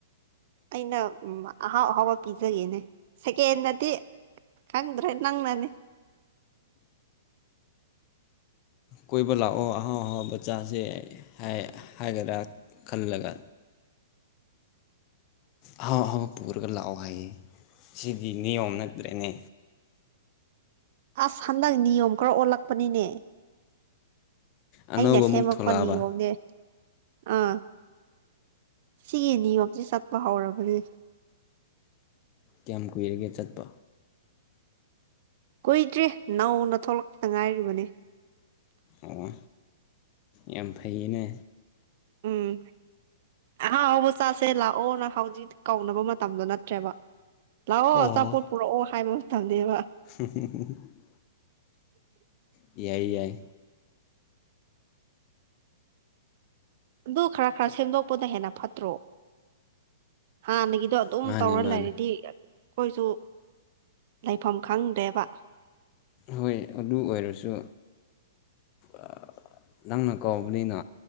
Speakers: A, on the right; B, on the left.
A: ꯑꯩꯅ ꯎꯝ ꯑꯍꯥꯎ ꯑꯍꯥꯎꯕ ꯄꯤꯖꯒꯦꯅꯦ ꯁꯦꯀꯦꯟꯅꯗꯤ ꯈꯪꯗ꯭ꯔꯦ ꯅꯪꯅꯅꯤ
B: ꯀꯣꯏꯕ ꯂꯥꯛꯑꯣ ꯑꯍꯥꯎ ꯑꯍꯥꯎꯕ ꯆꯥꯁꯦ ꯍꯥꯏ ꯍꯥꯏꯒ꯭ꯔꯥ ꯈꯜꯂꯒ ꯑꯍꯥꯎ ꯑꯍꯥꯎꯕ ꯄꯨꯔꯒ ꯂꯥꯛꯑꯣ ꯍꯥꯏꯌꯦ ꯁꯤꯗꯤ ꯅꯤꯌꯣꯝ ꯅꯠꯇ꯭ꯔꯦꯅꯦ
A: ꯑꯁ ꯍꯟꯗꯛ ꯅꯤꯌꯣꯝ ꯈꯔ ꯑꯣꯜꯂꯛꯄꯅꯤꯅꯦ
B: ꯑꯅꯧꯕ
A: ꯑꯩꯅ
B: ꯑꯃꯨꯛ
A: ꯁꯦꯝꯃꯛꯄ
B: ꯊꯣꯛꯂꯛꯑꯕ
A: ꯅꯤꯌꯣꯝꯅꯦ ꯑꯥ ꯁꯤꯒꯤ ꯅꯤꯌꯣꯝꯁꯦ ꯆꯠꯄ ꯍꯧꯔꯕꯅꯦ
B: ꯀꯌꯥꯝ ꯀꯨꯏꯔꯒꯦ ꯆꯠꯄ
A: ꯀꯨꯏꯗ꯭ꯔꯤ ꯅꯧꯅ ꯊꯣꯛꯂꯛꯄꯗ ꯉꯥꯏꯔꯤꯕꯅꯤ
B: ꯑꯣ ꯌꯥꯝ ꯐꯩꯌꯦꯅꯦ
A: ꯎꯝ ꯑꯍꯥꯎ ꯑꯍꯥꯎꯕ ꯆꯥꯁꯦ ꯂꯥꯛꯑꯣꯅ ꯍꯧꯖꯤꯛ ꯀꯧꯅꯕ ꯃꯇꯝꯗꯣ ꯅꯠꯇ꯭ꯔꯦꯕ ꯂꯥꯛꯑꯣ
B: ꯑꯣ
A: ꯑꯆꯥꯄꯣꯠ ꯄꯨꯔꯛꯑꯣ ꯍꯥꯏꯕ ꯃꯇꯝꯅꯦꯕ
B: <unintelligible> ꯌꯥꯏ ꯌꯥꯏ
A: ꯑꯗꯨ ꯈꯔ ꯈꯔ ꯁꯦꯝꯗꯣꯛꯄꯗ ꯍꯦꯟꯅ ꯐꯠꯇ꯭ꯔꯣ ꯍꯥꯟꯅꯒꯤꯗꯣ ꯑꯗꯨꯝ
B: ꯃꯥꯅꯦ
A: ꯇꯧꯔ
B: ꯃꯥꯅꯦ
A: ꯂꯩꯔꯗꯤ ꯑꯩꯈꯣꯏꯁꯨ ꯂꯩꯐꯝ ꯈꯪꯗ꯭ꯔꯦꯕ
B: ꯍꯣꯏ ꯑꯗꯨ ꯑꯣꯏꯔꯁꯨ ꯑꯥ ꯅꯪꯅ ꯀꯥꯎꯕꯅꯤꯅ